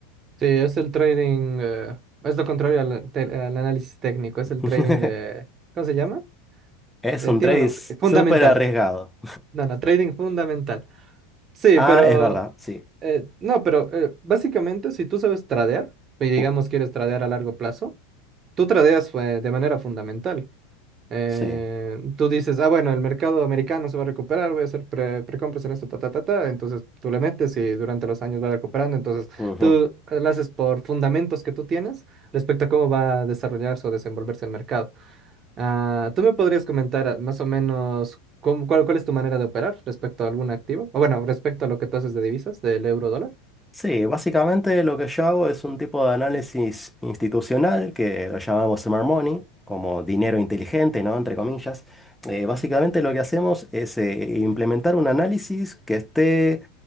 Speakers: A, on the right (about 35°); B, in the centre.
A: Sí, es el trading, eh, es lo contrario al, te- al análisis técnico, es
B: <laughs>
A: el trading de, ¿cómo se llama?
B: Es
A: Eh,
B: un
A: tiene
B: trade
A: un nombre, sí, fundamental.
B: súper arriesgado.
A: No, no, trading fundamental. Sí,
B: Ah,
A: pero,
B: es verdad, sí.
A: eh, no, pero eh, básicamente si tú sabes tradear, y digamos
B: Uh,
A: quieres tradear a largo plazo, tú tradeas eh, de manera fundamental. Eh,
B: sí.
A: tú dices, ah, bueno, el mercado americano se va a recuperar, voy a hacer pre- precompras en esto, ta, ta, ta, ta. Entonces tú le metes y durante los años va recuperando. Entonces
B: ujú.
A: tú eh, lo haces por fundamentos que tú tienes respecto a cómo va a desarrollarse o desenvolverse el mercado. Ah, ¿tú me podrías comentar ah, más o menos cómo- cuál, cuál es tu manera de operar respecto a algún activo? O bueno, respecto a lo que tú haces de divisas, del euro dólar.
B: Sí, básicamente lo que yo hago es un tipo de análisis institucional que lo llamamos smart money, como dinero inteligente, ¿no? Entre comillas. Eh, básicamente lo que hacemos es eh, implementar un análisis que esté